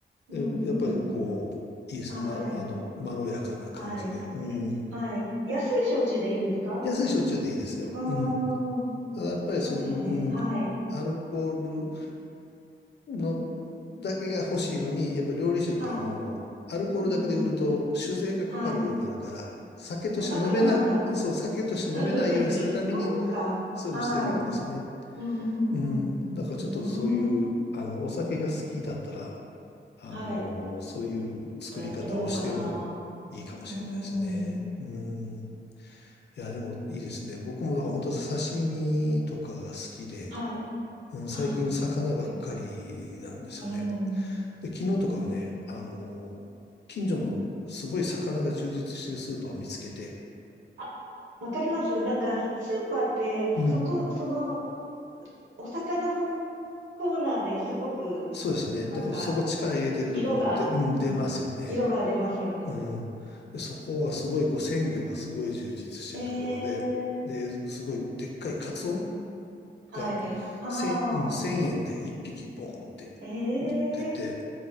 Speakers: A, on the right; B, on the left.
A: う。
B: でやっぱりこう、
A: うんうんうん。
B: いいですね。
A: はい。
B: ま、あの、まろやかな感じで。
A: はい。
B: うん。
A: はい。安い焼酎でいいんですか
B: 安い焼酎でいいですよ。
A: ああ
B: うん。
A: ー、
B: ただやっぱりその、
A: そうですね。
B: うん。
A: はい。
B: アルコールのだけが欲しいのに、やっぱ料理酒ってあの、
A: はい。
B: アルコールだけで売ると酒税がかかるようになるから、
A: うんうん。はい。
B: 酒として飲めない、
A: あ、だからなんだ。
B: そう、酒として飲めないようにするために、
A: <laughs> そうか。
B: そういうのしてるんですよね。
A: はい。うんうんうん。
B: うん。だからちょっとそういう、
A: うーん。
B: あの、お酒が好きだったら、あの、
A: はい。
B: そういう作り方をしてもいいかもしれないですね。
A: とやってみようかな。うーん。
B: うん。いや、でもいいですね。僕もだから本当刺身とかが好きで、
A: はい。
B: うん、最近魚ばっかりなんですよね。
A: あ、これ。うーん。
B: で、昨日とかはね、あの、近所のすごい魚が充実してるスーパーを見つけて、
A: あ、わかります。なんか、スーパーって、
B: うん、
A: そこ、その、お魚のコーナーですごく、
B: そうですね。
A: なんか、
B: だからそこ力入れてるところって、
A: 色が、
B: うん、
A: うん、
B: 出ますよね。
A: 色が出ますよね。
B: うん。で、そこがすごい、こう、鮮魚がすごい充実してるところで、
A: ええ
B: で、すごいでっかいカツオ
A: はい。
B: が
A: ああ、
B: 1000、うん、1円で1匹ボーンって売ってて、
A: ええ